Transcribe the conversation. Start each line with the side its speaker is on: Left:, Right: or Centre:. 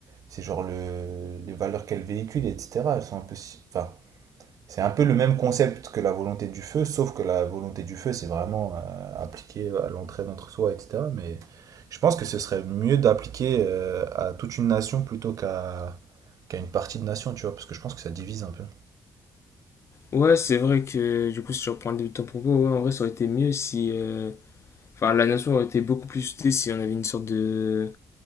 Right: c'est genre le, les valeurs qu'elle véhicule, etc. Elles sont un peu. si- Enfin, c'est un peu le même concept que la volonté du feu, sauf que la volonté du feu, c'est vraiment euh, appliqué à l'entraide entre soi, etc. Mais je pense que ce serait mieux d'appliquer euh, à toute une nation plutôt qu'à qu'à une partie de nation, tu vois, parce que je pense que ça divise un peu.
Left: Ouais, c'est vrai que du coup, si je reprends le début de ton propos, ouais, en vrai, ça aurait été mieux si. euh, Enfin, la nation aurait été beaucoup plus soutenue si on avait une sorte de.